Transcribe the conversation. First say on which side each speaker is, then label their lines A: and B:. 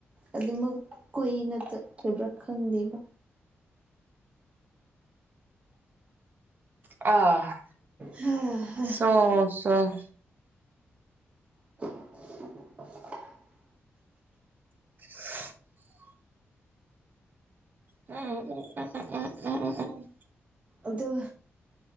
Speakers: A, on the right; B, on the right.
A: ꯑꯗꯨꯃꯛ ꯀꯨꯏꯅ ꯆꯠꯈꯤꯕ꯭ꯔꯥ ꯈꯪꯗꯦꯕ
B: ꯑ
A: ꯍꯥ ꯍꯥ
B: ꯑꯣ ꯁꯣ
A: <unintelligible>
B: <unintelligible> ꯎꯝ ꯎꯝ ꯎꯝ ꯎꯝ ꯎꯝ ꯎꯝ ꯎ ꯎꯝ
A: ꯑꯗꯨ